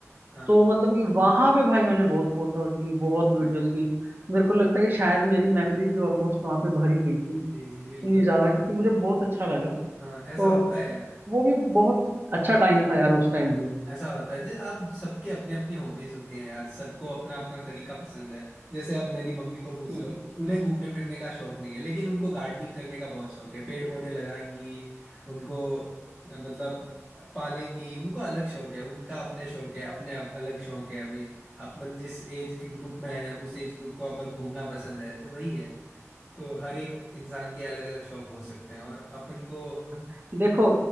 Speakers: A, in the centre; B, on the right.
A: हाँ
B: तो मतलब कि वहां पे भाई मैंने बहुत फोटोज की बहुत वीडियोस
A: हाँ
B: की मेरे को लगता है कि शायद मेरी मेमोरी भी ऑलमोस्ट वहां पे भरी गई थी
A: जी जी
B: इतनी
A: बिल्कुल
B: ज्यादा क्योंकि मुझे बहुत अच्छा लगा
A: हाँ ऐसा
B: तो
A: होता है यार
B: वो भी बहुत अच्छा टाइम था यार उस टाइम भी
A: ऐसा होता है जैसे आप सबके अपने अपने हॉबीज होते हैं यार सबको अपना अपना तरीका पसंद है जैसे आप मेरी मम्मी को पूछ
B: हम्म।
A: लो उन्हें घूमने फिरने का शौक नहीं है लेकिन उनको गार्डनिंग करने का बहुत शौक है पेड़ पौधे लगाएंगी उनको अ, मतलब पालेंगी उनको अलग शौक है उनका अपने शौक है अपने अप- अलग शौक है अभी अपन जिस एज के ग्रुप में है उस एज ग्रुप को अपन घूमना पसंद है तो वही है तो हर एक इंसान के अलग अलग शौक हो सकते हैं और अपन को
B: <laughs> देखो